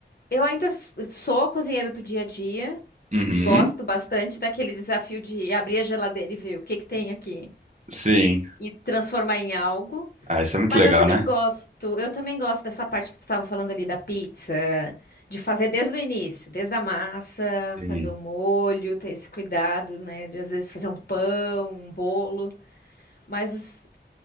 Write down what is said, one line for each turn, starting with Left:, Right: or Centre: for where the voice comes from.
Left: eu ainda s- sou cozinheiro do dia a dia. S-
Right: Uhum,
Left: Gosto bastante daquele desafio de abrir a geladeira e ver o que que tem aqui
Right: sim.
Left: e transformar em algo.
Right: Ah, isso é muito
Left: Mas
Right: legal,
Left: eu também
Right: né?
Left: gosto, eu também gosto dessa parte que tu tava falando ali da pizza, de fazer desde o início, desde a massa,
Right: Sim.
Left: fazer o molho, ter esse cuidado, né, de às vezes fazer um pão, um bolo, mas